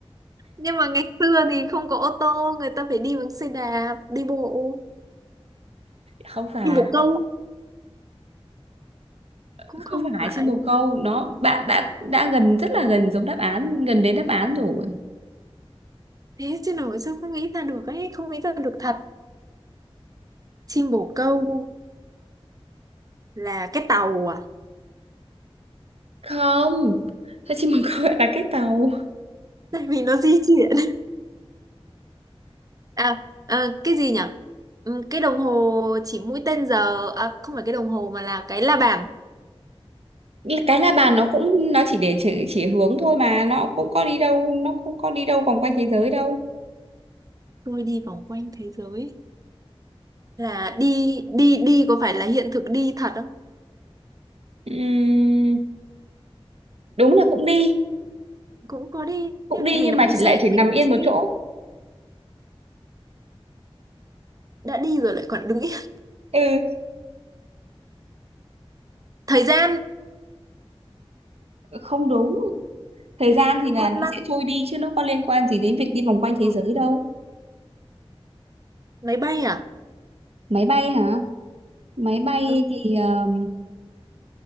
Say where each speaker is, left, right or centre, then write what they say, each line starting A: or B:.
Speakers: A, on the right; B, on the right.
A: nhưng mà ngày xưa thì không có ô tô, người ta phải đi bằng xe đạp, đi bộ.
B: không phải
A: Nhưng bồ câu cũng
B: không
A: không
B: phải
A: phải.
B: chim bồ câu nó bạn đã đã gần rất là gần giống đáp án gần đến đáp án rồi
A: Thế chứ nổi sao không nghĩ ra được ấy, không nghĩ ra được thật. Chim bồ câu là cái tàu à?
B: không sao chim bồ câu lại là cái tàu
A: Tại vì nó di chuyển. À, à, cái gì nhỉ? Ừ, cái đồng hồ chỉ mũi tên giờ à, không phải cái đồng hồ mà là cái la bàn.
B: cái la bàn nó cũng nó chỉ để chỉ chỉ hướng thôi mà nó cũng có đi đâu nó cũng có đi đâu vòng quanh thế giới đâu
A: Tôi đi vòng quanh thế giới là đi đi đi có phải là hiện thực đi thật không?
B: Ừm, đúng là cũng đi
A: Cũng có đi.
B: cũng
A: nhá.
B: đi
A: Mình
B: nhưng
A: là
B: mà
A: bóng
B: chỉ
A: xệ,
B: lại chỉ
A: mình
B: nằm yên
A: bóng xệ
B: một chỗ
A: đã đi rồi lại còn đứng yên.
B: ừ
A: <laughs> Thời gian,
B: không đúng thời gian thì là
A: con
B: nó
A: lăn,
B: sẽ trôi đi chứ nó có liên quan gì đến việc đi vòng quanh thế
A: ừ.
B: giới đâu
A: máy bay à?
B: máy bay hả máy bay
A: Ừ,
B: thì ờ,